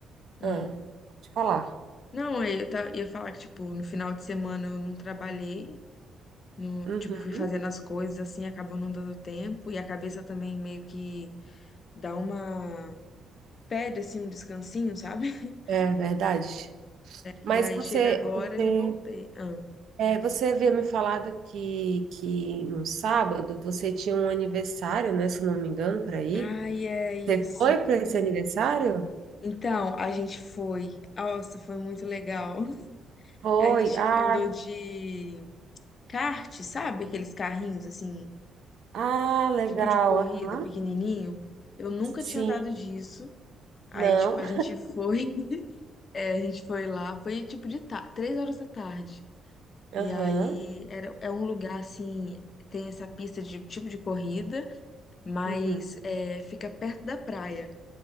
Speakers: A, on the left; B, on the right.
A: hum.
B: ah, vou te falar.
A: Não, aí eu ta- ia falar que, tipo, no final de semana eu não trabalhei. No,
B: Uhum,
A: tipo, fui fazendo as coisas assim, acabou não dando tempo. E a cabeça também meio que dá uma. Pede assim um descansinho, sabe? <laughs>
B: é verdade. Mas
A: E aí
B: você,
A: chega agora,
B: você,
A: já voltei. Ah.
B: é, você havia me falado que, que no sábado você tinha um aniversário, né? Se eu não me engano, para ir.
A: Ai, é isso.
B: Você foi para esse aniversário?
A: Então, a gente foi. Nossa, foi muito legal. <laughs>
B: Foi.
A: A gente
B: Ah,
A: andou de kart, sabe? Aqueles carrinhos assim.
B: ah, legal.
A: tipo de corrida
B: Aham.
A: pequenininho. Eu nunca
B: Sim.
A: tinha andado disso. Aí,
B: Não.
A: tipo, a gente foi, <laughs> é, a gente foi lá, foi tipo de ta- três horas da tarde.
B: Aham.
A: E aí era, é um lugar assim, tem essa pista de tipo de corrida, mas
B: Uhum.
A: é, fica perto da praia.